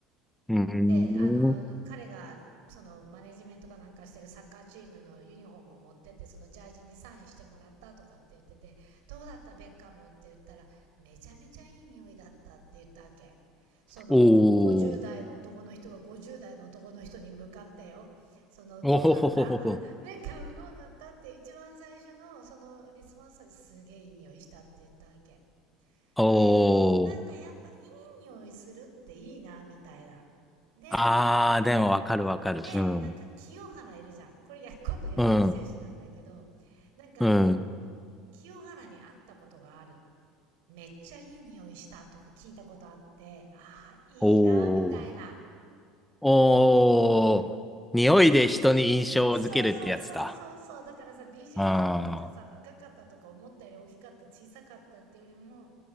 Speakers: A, in the centre; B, on the right.
A: うん。
B: で、あの、彼が、その、マネジメントかなんかしてるサッカーチームのユニフォームを持ってって、そのジャージにサインしてもらったとかって言ってて、どうだったベッカムって言ったら、めちゃめちゃいい匂いだったって言ったわけ。その、
A: お
B: 50代の男の人が50代の男の人に向かってよ。
A: お、
B: その、どうだった
A: おほほほほほ。
B: <laughs> ベッカムどうだったって一番最初の、その、リスポンスはすげえいい匂いしたって言ったわけ。
A: お
B: で、なんかやっぱいい匂いするっていいな、
A: お、
B: みたいな。で、
A: ああ、でもわかるわかる。
B: でなんか清原いるじゃんこれや今度野球選手なんだけどなんか
A: うん、うん、うん。
B: 清原に会ったことがあるめっちゃいい匂いしたとか聞いたことあってああいいなみたいな
A: おお、おお、匂いで人に印象を付けるってやつだ。
B: そうそうそうそうそうだからさ美人だったとかさ若かったとか思ったより大きかった小さかったっていうよりも
A: あ